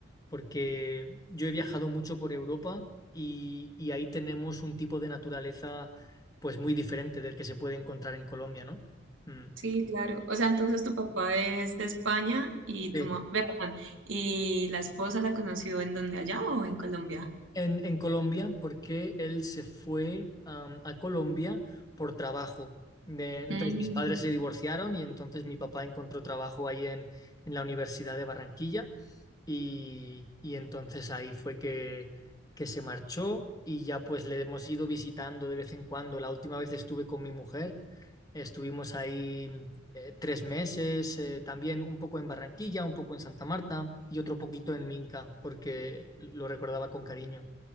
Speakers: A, on the left; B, on the right.
A: porque yo he viajado mucho por Europa y, y ahí tenemos un tipo de naturaleza pues muy diferente del que se puede encontrar en Colombia, ¿no? Mm,
B: Sí, claro. O sea, entonces tu papá es de España y
A: sí.
B: tu mamá, perdón, y la esposa la conoció en donde allá o en Colombia.
A: En, en Colombia, porque él se fue am, a Colombia por trabajo. De- entonces
B: Mm,
A: mis padres se divorciaron y entonces mi papá encontró trabajo ahí en, en la Universidad de Barranquilla y, y entonces ahí fue que, que se marchó y ya pues le hemos ido visitando de vez en cuando. La última vez estuve con mi mujer Estuvimos ahí eh, tres meses, eh, también un poco en Barranquilla, un poco en Santa Marta y otro poquito en Minca, porque lo recordaba con cariño.